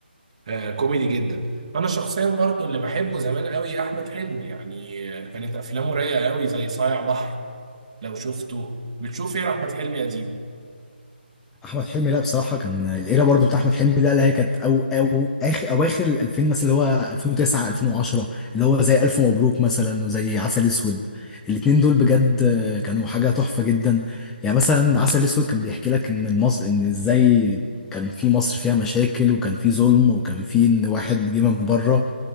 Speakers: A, on the right; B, in the centre.
A: آه، كوميدي جدا انا شخصيا برضه اللي بحبه زمان قوي احمد حلمي يعني آه، كانت افلامه رايقه قوي زي صايع بحر لو شفته بتشوف ايه احمد حلمي قديم
B: احمد حلمي لا بصراحه كان الايرا برضو بتاع احمد حلمي ده اللي هي كانت او او اخر اواخر ال 2000 مثلا اللي هو 2009 2010 اللي هو زي الف مبروك مثلا وزي عسل اسود الاتنين دول بجد كانوا حاجه تحفه جدا يعني مثلا عسل اسود كان بيحكي لك ان المصر ان ازاي كان في مصر فيها مشاكل وكان في ظلم وكان في ان واحد جه من بره